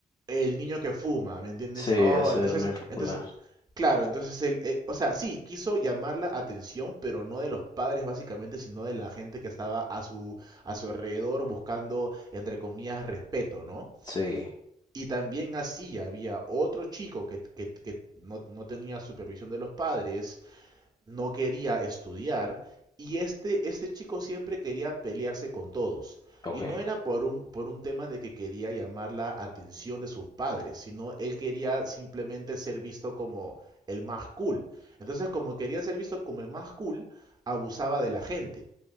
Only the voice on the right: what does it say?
el niño que fuma, ¿me entiendes?
Oh,
entonces,
entonces, claro, entonces él, eh, o sea, sí, quiso llamar la atención, pero no de los padres básicamente, sino de la gente que estaba a su, a su alrededor buscando, entre comillas, respeto, ¿no?
Y también así había otro chico que, que- que no, no tenía supervisión de los padres, no quería estudiar y este, este chico siempre quería pelearse con todos.
Y no era por un, por un tema de que quería llamar la atención de sus padres, sino él quería simplemente ser visto como el más cool. Entonces, como quería ser visto como el más cool, abusaba de la gente.